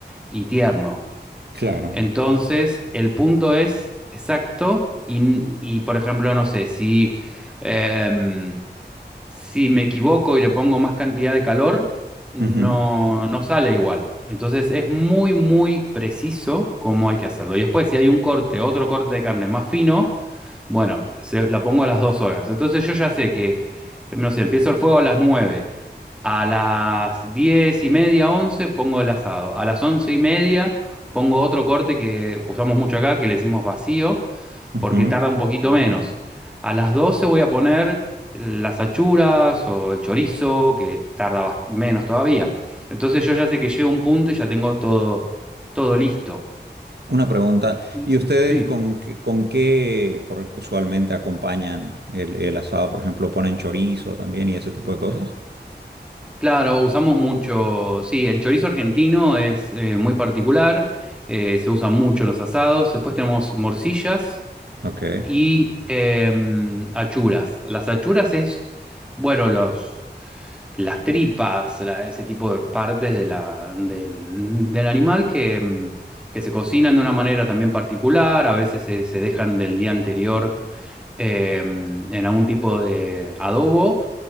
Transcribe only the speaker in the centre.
y tierno.
Entonces, el punto es exacto y, y, por ejemplo, no sé, si... em, si me equivoco y le pongo más cantidad de calor, no,
no sale igual. Entonces es muy, muy preciso cómo hay que hacerlo. Y después, si hay un corte, otro corte de carne más fino, bueno, se- la pongo a las dos horas. Entonces yo ya sé que, em, no sé, empiezo el fuego a las nueve, A las diez y media, once, pongo el asado. A las once y media pongo otro corte que usamos mucho acá, que le decimos vacío,
porque tarda un poquito menos. A las 12 voy a poner las achuras o el chorizo, que tarda bas- menos todavía. Entonces yo ya sé que llega un punto y ya tengo todo, todo listo.
Y-
Sí.
Claro, usamos mucho, sí, el chorizo argentino es eh, muy particular, eh, se usa mucho en los asados. Después tenemos morcillas
y em, achuras. Las achuras es, bueno, los las tripas, la- ese tipo de partes de la, del, del animal que, mm, que se cocinan de una manera también particular, a veces se, se dejan del día anterior eh, en algún tipo de adobo